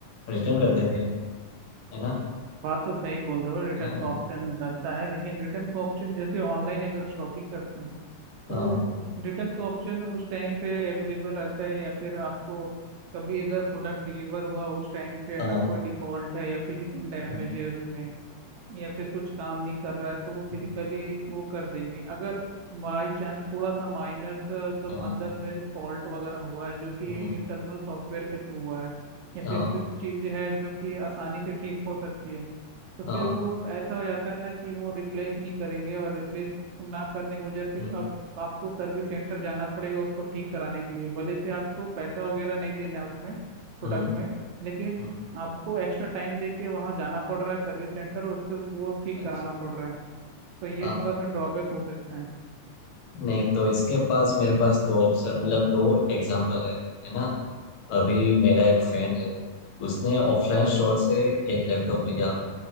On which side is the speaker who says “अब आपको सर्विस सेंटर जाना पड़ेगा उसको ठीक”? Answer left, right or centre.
Right